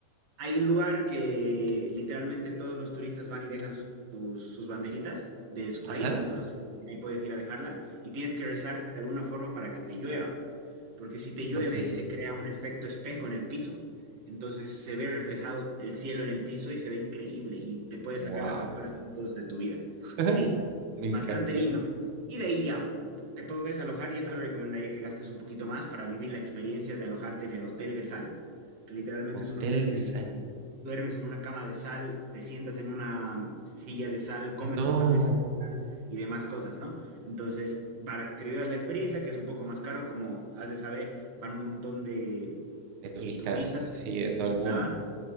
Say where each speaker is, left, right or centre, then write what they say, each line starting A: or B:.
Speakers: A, on the right; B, on the right.
A: hay un lugar que literalmente todos los turistas van y dejan su- sus, sus banderitas de su
B: Ajá.
A: país, entonces ahí puedes ir a dejarlas y tienes que rezar de alguna forma para que te llueva, porque si te llueve
B: Ok.
A: se crea un efecto espejo en el piso, entonces se ve reflejado el cielo en el piso y se ve increíble y te puedes
B: Wow.
A: sacar las mejores fotos de tu vida.
B: <laughs>
A: Sí,
B: Me
A: bastante
B: encanta.
A: lindo. Y de ahí ya, te puedes alojar, yo te recomendaría que gastes un poquito más para vivir la experiencia de alojarte en el Hotel de Sal que literalmente
B: Hotel
A: es un hotel
B: de
A: en
B: sal.
A: el que duermes en una cama de sal, te sientas en una silla de sal, comes
B: No.
A: en una mesa de sal y demás cosas, ¿no? Entonces, para que vivas la experiencia, que es un poco más caro, como has de saber, van un montón de
B: De turistas,
A: turistas,
B: sí, de todo el mundo.
A: navas